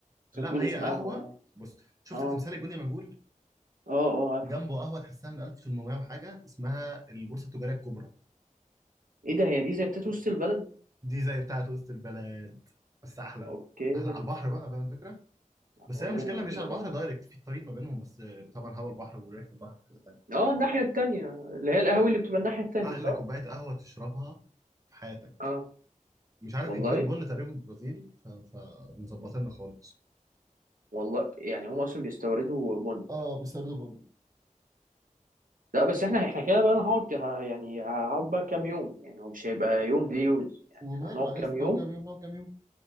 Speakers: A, on the right; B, on the right.
A: بس
B: لا
A: بتقول
B: ما هي
A: اسم
B: قهوه
A: قهوة يعني
B: بص شفت
A: اه
B: تمثال الجندي المجهول
A: اه اه عارف
B: جنبه قهوه تحسها من 1800 وحاجه اسمها البورصه التجاريه الكبرى
A: ايه ده هي دي زي بتاعت وسط البلد
B: دي زي بتاعه وسط البلد بس احلى
A: اوكي
B: احلى على البحر بقى فاهم الفكره بس
A: اوه
B: هي المشكله مش
A: هتبقى
B: على البحر
A: جامدة
B: دايركت في الطريق ما بينهم بس طبعا هوا البحر وريحه البحر كده تاني
A: اه الناحية التانية اللي هي القهوة اللي بتبقى الناحية التانية
B: احلى
A: صح
B: كوبايه قهوه تشربها في حياتك
A: اه
B: مش عارف
A: والله
B: بيجيبوا البن تقريبا برازيلي فمظبطيننا خالص
A: والله يعني هم اصلا بيستوردوا بن
B: اه بيستوردوا بن
A: لا بس احنا احنا كده بقى انا هقعد ه- يعني هقعد بقى كام يوم يعني هو مش هيبقى يوم دي يوز يعني
B: وماله
A: احنا هنقعد
B: عايز
A: كام يوم
B: نقعد كام يوم نقعد كام يوم